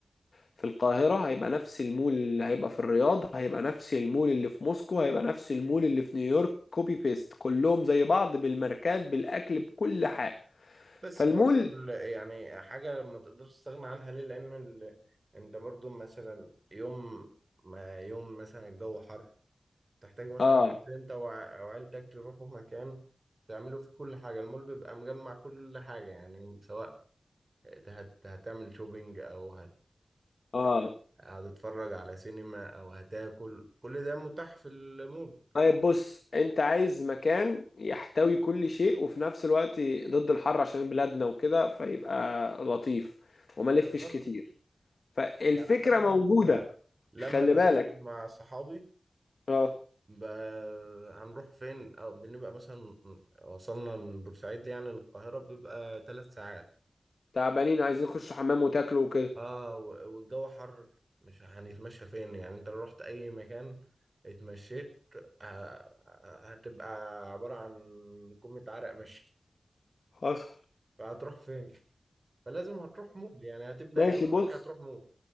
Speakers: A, on the left; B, on the right.
A: في القاهرة هيبقى نفس المول اللي هيبقى في الرياض هيبقى نفس المول اللي في موسكو هيبقى نفس المول اللي في نيويورك كوبي بيست كلهم زي بعض بالماركات بالأكل بكل حاجة
B: بس
A: فالمول
B: برضو ال- يعني حاجة ما تقدرش تستغنى عنها ليه لأن ال... أنت برضو مثلا يوم ما يوم مثلا الجو حر تحتاج مثلا
A: اه
B: تنزل انت وع- او عيلتك تروحوا مكان تعملوا فيه كل حاجة المول بيبقى مجمع كل حاجة يعني سواء هت... هتعمل شوبينج او هت...
A: اه
B: هتتفرج على سينما او هتاكل كل ده متاح في المول
A: طيب بص انت عايز مكان يحتوي كل شيء وفي نفس الوقت ضد الحر عشان بلادنا وكده فيبقى لطيف وما لفش
B: بالظبط
A: كتير فالفكرة
B: يعني احنا مثلا
A: موجودة
B: كنا لما
A: خلي
B: بسافر
A: بالك
B: مع صحابي
A: اه
B: ب... هنروح فين او بنبقى مثلا وصلنا من بورسعيد يعني للقاهرة بيبقى ثلاث ساعات
A: تعبانين عايزين يخشوا حمام وتاكلوا وكده
B: اه و- والجو حر مش هنتمشى فين يعني انت لو رحت اي مكان اتمشيت ه- هتبقى عبارة عن كمية عرق مشي
A: حصل
B: فهتروح فين فلازم هتروح مول يعني هتبدأ
A: ماشي
B: يومك
A: بص
B: هتروح مول